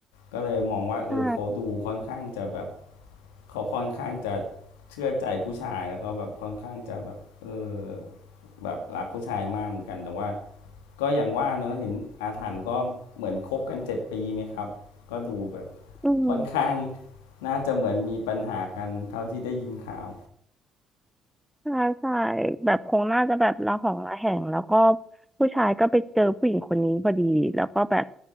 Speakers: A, on the left (about 75°); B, in the centre.
A: ก็เลยมองว่าเออเขาดูค่อนข้างจะแบบ
B: ใช่
A: เขาค่อนข้างจะเชื่อใจผู้ชายแล้วก็แบบค่อนข้างจะแบบเออแบบรักผู้ชายมากเหมือนกันแต่ว่าก็อย่างว่าเนาะเห็นอาถรรพ์ก็เหมือนคบกันเจ็ดปีไหมครับก็ดูแบบ
B: อืม
A: ค่อนข้างน่าจะเหมือนมีปัญหากันเท่าที่ได้ยินข่าว
B: ใช่ใช่แบบคงน่าจะแบบระหองระแหงแล้วก็ผู้ชายก็ไปเจอผู้หญิงคนนี้พอดีแล้วก็แบบ